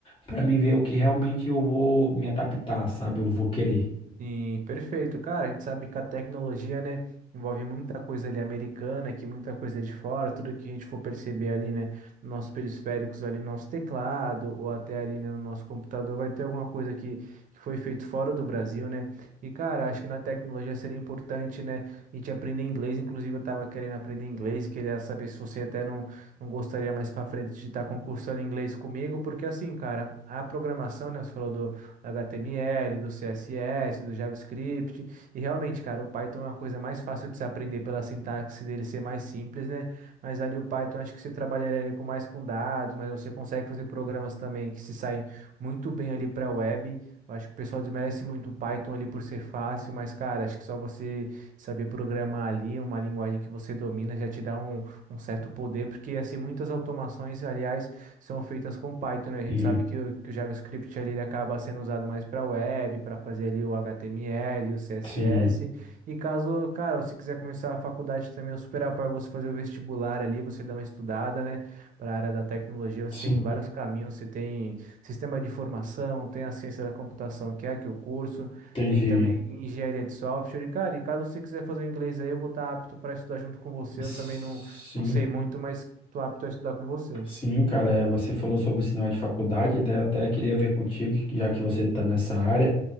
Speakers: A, on the left; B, on the right.
A: para mim ver o que realmente eu vou me adaptar, sabe? Eu vou querer.
B: Sim, perfeito. Cara, a gente sabe que a tecnologia, né, envolve muita coisa ali americana, que muita coisa é de fora, tudo que a gente for perceber ali, né, nos nossos periféricos ali, no nosso teclado, ou até ali, né, no nosso computador, vai ter alguma coisa que, que foi feito fora do Brasil, né? E, cara, acho que na tecnologia seria importante, né, a gente aprender inglês. Inclusive, eu tava querendo aprender inglês e queria saber se você até não, não gostaria mais pra frente de estar concursando inglês comigo, porque assim, cara, a programação, né, você falou do HTML, do CSS, do JavaScript. E realmente, cara, o Python é uma coisa mais fácil de se aprender pela sintaxe dele ser mais simples, né? Mas ali o Python acho que você trabalharia ali com mais com dados, mas você consegue fazer programas também que se saem muito bem ali para web. Eu acho que o pessoal desmerece muito o Python ali por ser fácil, mas cara, acho que só você saber programar ali uma linguagem que você domina já te dá um, um certo poder, porque assim muitas automações, aliás, são feitas com Python, né? A gente
A: E,
B: sabe que o, que o JavaScript ali, ele acaba sendo usado mais para web, para fazer ali o HTML, o CSS.
A: sim,
B: E caso, cara, você quiser começar a faculdade também, eu super apoio você fazer o vestibular ali, você dá uma estudada, né? Para a área da tecnologia, você
A: sim,
B: tem vários caminhos, você tem sistema de informação, tem a ciência da computação, que é aqui o curso,
A: entendi.
B: tem também engenharia de software. E, cara, e caso você quiser fazer o inglês aí, eu vou estar apto para estudar junto com você.
A: Sim,
B: Eu também não, não sei muito, mas tô apto a estudar com você.
A: sim, cara, é, você falou sobre o sinal de faculdade, né? Eu até queria ver contigo, que já que você está nessa área.